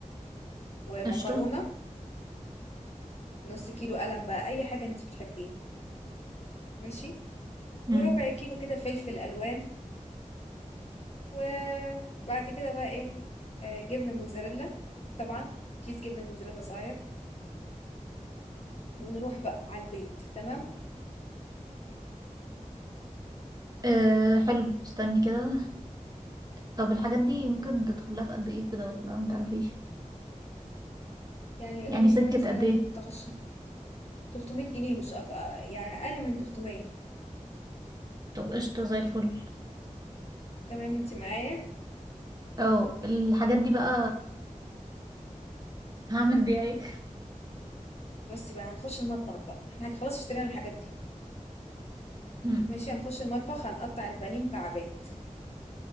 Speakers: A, on the left; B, on the right.
A: ومكرونه
B: قشطه
A: نص كيلو قلم بقى اي حاجه انت بتحبيها ماشي
B: مم.
A: وربع كيلو كده فلفل الوان وبعد كده بقى ايه آه جبنه موتزاريلا طبعا كيس جبنه موتزاريلا صغير ونروح بقى على البيت تمام
B: آه حلو استني كده طب الحاجات دي ممكن تدخلها في قد ايه كده ولا متعرفيش
A: يعني
B: يعني
A: قولي
B: سكة
A: مثلا
B: قد ايه
A: تخش 300 جنيه مش أك... آه، يعني اقل من 300
B: طب قشطة زي الفل
A: تمام انت معايا
B: اه الحاجات دي بقى هعمل بيها ايه
A: بصي بقى هنخش المطبخ بقى احنا خلاص اشترينا الحاجات دي
B: <laughs> هم.
A: ماشي هنخش المطبخ هنقطع البانيه مكعبات